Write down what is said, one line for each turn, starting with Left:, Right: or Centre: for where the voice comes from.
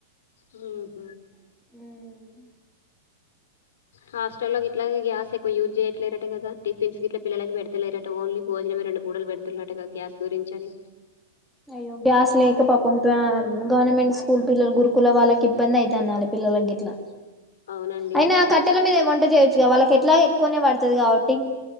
Left: ఉహ
Centre: వచ్చిండు
Left: హాస్టెల్లో గిట్లాగే గ్యాస్ యూజ్ చేయట్లేరట కదా టిఫన్స్ ఈగ్ ట్ల పిల్లలకి పెడి లేటటు ఓన్లీ భోజనమే రెండు కూడలు పెడుతున్నటుగా గ్యాస్ గురించి అని
Centre: అయ్యో గ్యాస్ లేక పాపం గవర్నమెంట్ స్కూల్ పిల్లల గురుకుల వాళ్ళకి ఇబ్బంది అయితుంది తెన్నాలి పిల్లలగిట్లా
Left: అవునండి
Centre: అయినా కట్టెల మీద వంట చేయొచ్చుగా వాళ్ళకి ఎట్లా ఎక్కువనే పడుతది కాబట్టి